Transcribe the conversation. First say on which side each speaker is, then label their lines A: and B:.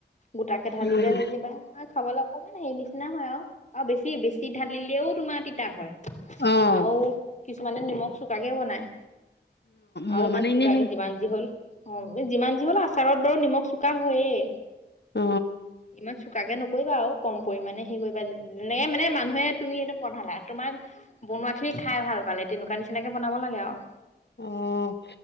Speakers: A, on the left; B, on the left.
A: গোটাকে ঢালিলে
B: উম,
A: যেনিবা আৰু খাবলৈ অকমান হেৰি নিচ শুনা হয় আও, আৰু বেছি বেছি ঢালিলেও তোমাৰ তিতা হয়,
B: অ',
A: আৰু কিছুমানে নিমখ চোকাকে বনায়,
B: মই
A: আৰু ইমান
B: মানে
A: চোকাকে
B: এনে সেই
A: যিমান যি হল অঁ যিমান যি হল আচাৰত বাৰু নিমখ চোকা হয়েই।
B: অ',
A: ইমান চোকাকে নকৰিবা আৰু কম পৰিমানে হেই কৰিবা ন নি এনেকে মানে মানুহে তুমি এইটো বনালা তোমাক বনোৱাখিনি খাই ভাল পালে তেনেকুৱা নিচিনাকে বনাব লাগে আৰু।
B: অ',